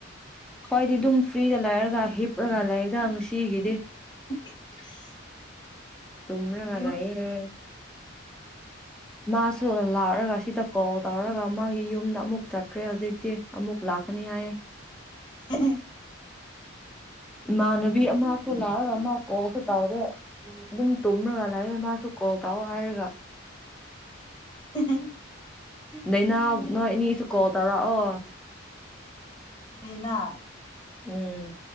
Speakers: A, in the centre; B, on the left.
A: ꯍ꯭ꯣꯏꯏꯗꯤ ꯑꯗꯨꯝ ꯐ꯭ꯔꯤꯗ ꯂꯥꯏꯔꯒ ꯍꯤꯞꯔꯒ ꯂꯥꯛꯦꯗ ꯉꯁꯤꯒꯤꯗꯤ
B: <unintelligible>
A: ꯇꯨꯝꯔꯒ
B: ꯗꯤꯌꯣꯅ
A: ꯂꯩꯑꯦ ꯃꯥꯁꯨ ꯂꯥꯛꯑꯒ ꯁꯤꯗ ꯀꯣꯜ ꯇꯧꯔꯒ ꯃꯥꯒꯤ ꯌꯨꯝꯗ ꯑꯃꯨꯛ ꯆꯠꯈ꯭ꯔꯦ ꯍꯧꯖꯤꯛꯇꯤ ꯑꯃꯨꯛ ꯂꯥꯛꯀꯅꯤ ꯍꯥꯏꯌꯦ
B: ꯍ
A: ꯏꯃꯥꯟꯅꯕꯤ ꯑꯃꯁꯨ ꯂꯥꯛꯔꯒ ꯑꯃ ꯀꯣꯛꯒ ꯇꯧꯔꯦ ꯑꯗꯨꯝ ꯇꯨꯝꯔꯒ ꯂꯥꯛꯑꯦ ꯃꯥꯁꯨ ꯀꯣꯛ ꯇꯥꯎꯑꯣ ꯍꯥꯏꯔꯒ
B: <unintelligible>
A: ꯅꯅꯥ ꯅꯣꯏ ꯏꯅꯤꯁꯨ ꯀꯣꯜ ꯇꯧꯔꯛꯑꯣ
B: ꯗꯅ
A: ꯎꯝ